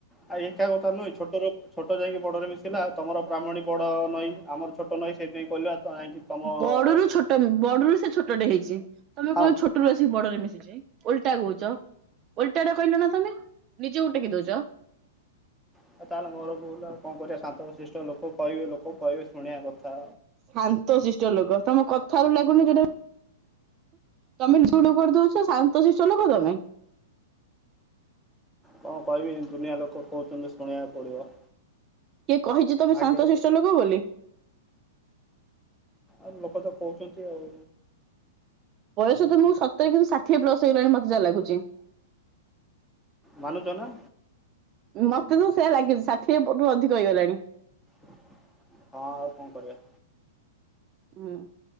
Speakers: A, in the centre; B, on the right.
A: ଆ, ଏକା କଥା ନୁହେଁ, ଛୋଟର ଛୋଟ ଯାଇକି ବଡ଼ରେ ମିଶିଲା, ଆଉ ତୋମର ବ୍ରାହ୍ମଣୀ ବଡ଼ ନଈ, ଆମର ଛୋଟ ନଈ, ସେଇଥିପାଇଁ କହିଲି <unintelligible> ତମ
B: ବଡରୁ
A: ନଈରେ
B: ଛୋଟ, ବଡରୁ ସେ ଛୋଟଟେ ହେଇଛି। ତୋମେ
A: ହଁ
B: କହି ଛୋଟରୁ ଆସିକି ବଡରେ ମିଶିଛି, ଓଲଟା କହୁଚ। ଓଲଟାଟା କହିଲ ନା ତୋମେ, ନିଜକୁ ଟେକି ଦଉଚ।
A: ଆଉ ତାହେଲେ ମୋର ଭୁଲ ଆଉ କଣ କରିବା ଶାନ୍ତଶିଷ୍ଟ ଲୋକ କହିବେ ଲୋକ କହିବେ ଶୁଣିବା କଥା।
B: ଶାନ୍ତଶିଷ୍ଟ ଲୋକ ତୋମ କଥାରୁ ଲାଗୁନି ଯୋଉଟା ତୋମେ <inaudible> କରି ଦଉଛ, ଶାନ୍ତ ଶିଷ୍ଟ ଲୋକ ତୋମେ?
A: କଣ କହିବି ଦୁନିଆ ଲୋକ କହୁଚନ୍ତି ଯେ ଶୁଣିବାକୁ ପଡିବ।
B: କିଏ କହିଚି ତୋମେ
A: ଭାଗ୍ୟରେ
B: ଶାନ୍ତଶିଷ୍ଟ ଲୋକ ବୋଲି?
A: ଆଉ ଲୋକ ତ କହୁଛନ୍ତି ଆଉ।
B: ବୟସ ତୋମକୁ ଶତେଇଶ ରୁ ଷାଠିଏ ପ୍ଲସ୍ ହେଇଗଲାଣି ମୋତେ ଯାହା ଲାଗୁଚି।
A: ମାନୁଚ ନା?
B: ମୋତେ ତ ସେୟା ଲାଗିଚି ଷାଠିଏ ପ-ରୁ ଅଧିକ ହେଇଗଲାଣି।
A: ହଁ ଆଉ କଣ କରିବା।
B: ହଁ।